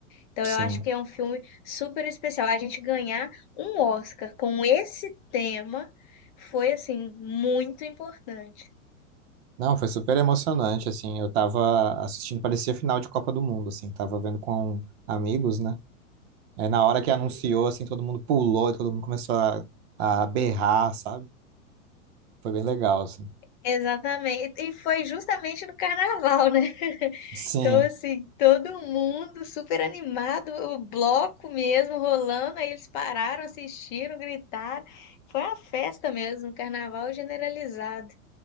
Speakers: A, on the left; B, on the right.
A: Então
B: Sim.
A: eu acho que é um filme super especial. A gente ganhar um Oscar com esse tema foi assim muito importante.
B: Não, foi super emocionante, assim, eu tava assistindo, parecia final de Copa do Mundo, assim, tava vendo com amigos, né, é, na hora que anunciou, assim, todo mundo pulou, todo mundo começou a, a berrar, sabe? Foi bem legal, assim.
A: Exatamente. E foi justamente no carnaval, né?
B: Sim,
A: Então, assim, todo mundo super animado, o bloco mesmo rolando, aí eles pararam, assistiram, gritaram. Foi uma festa mesmo, um carnaval generalizado.